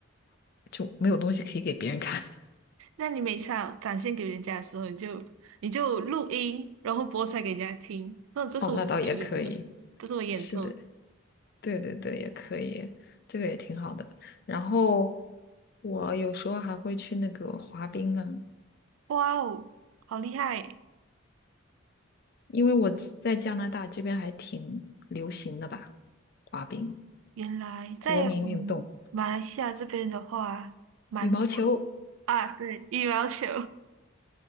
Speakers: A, on the left; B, on the right.
A: 就没有东西可以给别人看。<laughs>
B: 那你每次要展现给人家的时候，你就你就录音，然后播出来给人家听。那这是我表演的，
A: 哦，那倒也可以，
B: 这是我演奏的。
A: 是的，对对对，也可以，这个也挺好的。然后我有时候还会去那个滑冰啊，
B: 哇哦，好厉害！
A: 因为我在加拿大这边还挺流行的吧，滑冰，
B: 原来在我们马来西亚这边的话，
A: 国民运动，
B: 蛮少
A: 羽毛球，
B: 啊。对，羽毛球，